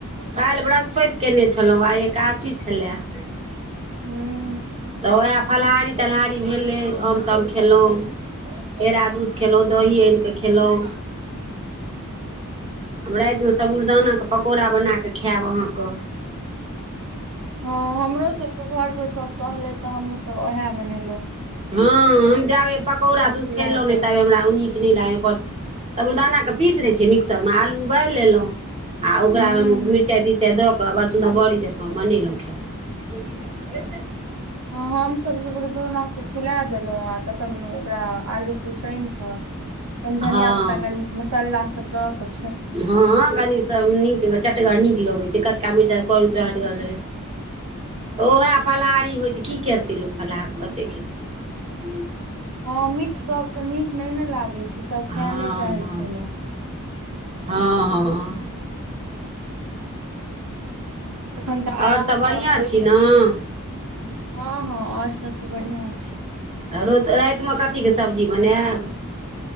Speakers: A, on the right (about 25°); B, on the right (about 85°).
A: काल्हि बृहस्पति केयने छलहुँं आइ एकादशी छलए <inaudible>
B: हूँ
A: तऽ उएह फलाहारी तलहारी भेलै आम ताम खेयलहुँ केरा दूध खेयलहुँ दही आनि कऽ खेयलहुँ हम रातिमे साबूदानाके पकौड़ा बना कऽ खायब अहाँके
B: हँ हमरो सभके घरपर सभ टहलै तऽ हमहूँसभ उएह बनेलहुँ
A: हँ हम जाबे पकौड़ा दुख
B: फुला
A: खेलहु
B: कऽ
A: ने तबे हमरा उनी नी ल अपन तब साबुरदानाके पीसि दै छियै मिक्सरमे आलू उबालि लेलहुँ आ ओकरामे
B: हूँ
A: मिरचाइ तिरच‌‌‌‌‌‌‌‌‌‌ाइ द कऽ बड़ सुन्दर बरी जँकऽ बनेलहुँ खेयहुँ <unintelligible>
B: हँ हम सब सबूरदाना फुला देलहुं आ तखन ओकरा आलू खूब साइन कऽ कनि धनिया
A: हँ
B: पत्ता कनि मसाला सब दऽ क
A: हँ कनी सब नीक चटगर नीक लगै छै कचका मिर्चा करू चहटगर रहे त ओएह फलाहारी होइ से की करतै लोक फलाहार कतेक खेतै
B: हँ मीठ सबके नीक नहि ने लागे छै सब
A: हँ
B: खायए नहि चाहे
A: हँ
B: छै ने
A: हँ हँ
B: तखन तऽ आया
A: आओर
B: आहासब
A: सब बढ़िआँ छी ने
B: हँ हँ और सब तऽ बढ़ियां छै
A: तऽ रो रातिमे कथीके सब्जी बनाब